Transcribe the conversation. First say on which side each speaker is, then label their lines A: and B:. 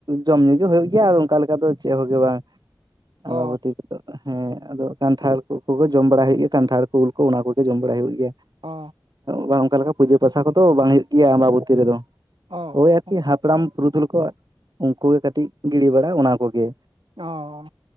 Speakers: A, on the right (about 55°); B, on the right (about 85°).
A: ᱡᱚᱢ ᱧᱩ ᱜᱮ ᱦᱳᱭᱳᱜ ᱜᱮᱭᱟ ᱚᱱᱠᱟ ᱞᱮᱠᱟ ᱫᱚ ᱪᱮᱫ ᱦᱚᱸᱜᱮ ᱵᱟᱝ ᱟᱵᱟᱵᱚᱛᱤ
B: ᱚ
A: ᱠᱚᱜ ᱦᱮᱸ ᱟᱫᱚ ᱠᱟᱱᱴᱷᱟᱲ ᱠᱚᱜᱮ ᱡᱚᱢ ᱵᱟᱲᱟᱭ ᱦᱩᱭᱩᱜ ᱜᱮᱭᱟ ᱠᱟᱱᱴᱷᱟᱲ ᱠᱚ ᱩᱞ ᱠᱚ ᱚᱱᱟ ᱠᱚᱜᱮ ᱡᱚᱢ ᱵᱟᱲᱟᱭ ᱦᱩᱭᱩᱜ ᱜᱮᱭᱟ
B: ᱚ
A: ᱵᱟᱝ ᱚᱱᱠᱟᱞᱮᱠᱟ ᱯᱩᱡᱟᱹ ᱯᱟᱥᱟ ᱠᱚᱫᱚ ᱵᱟᱝ ᱦᱳᱭᱳᱜ ᱜᱮᱭᱟ ᱟᱸᱵᱟᱵᱚᱛᱤ ᱨᱮᱫᱚ
B: ᱚ
A: ᱳᱭ ᱟᱨᱠᱤ
B: ᱚ <unintelligible>
A: ᱦᱟᱯᱲᱟᱢ ᱯᱩᱨᱩᱫᱷᱩᱞ ᱠᱚ ᱩᱱᱠᱩ ᱜᱮ ᱠᱟᱹᱴᱤᱡ ᱜᱤᱲᱤ ᱵᱟᱲᱟ ᱚᱱᱟ ᱠᱚᱜᱮ
B: ᱚᱻ